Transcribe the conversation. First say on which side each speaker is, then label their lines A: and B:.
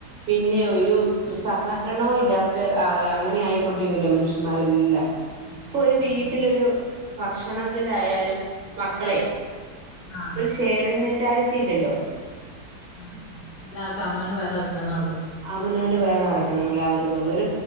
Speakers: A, on the right; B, on the left.
A: പിന്നെ ഒരു സഹകരണോം ഇല്ലാത്തെ അയി അങ്ങനെയായി. പൊട്ടിക്കൂലേ മനുഷ്യന്മാരെല്ലാം
B: ആ,
A: ഇപ്പ ഒരു
B: ഉം.
A: വീട്ടിലൊരു ഭക്ഷണത്തിന്റെ ആയാലും മക്കളെ-
B: ആഹ്
A: ഒരു ഷെയറിംഗ് മെന്റാലിറ്റി ഇല്ലല്ലോ.
B: അതില്ല എല്ലാർക്കും അവനോന്റെ വയറ് നെറക്കെന്നേ ഉള്ളൂ.
A: ആവനോന്റെ വയറ് നെറക്കണം എന്നല്ലാ ഒരുതിള്ളു ഒരു